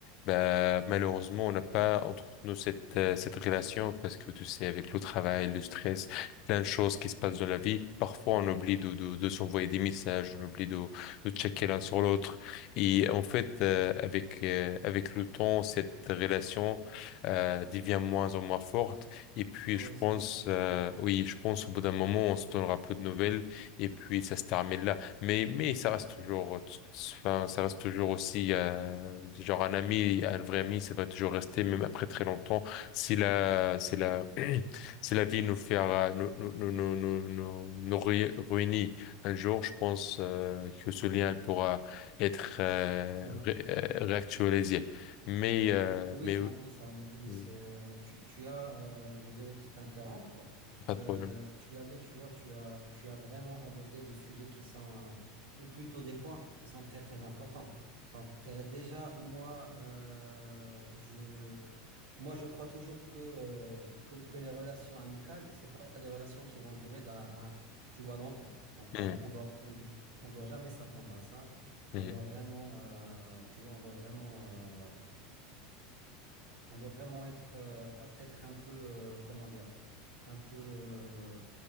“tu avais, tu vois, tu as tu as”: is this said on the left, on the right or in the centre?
Right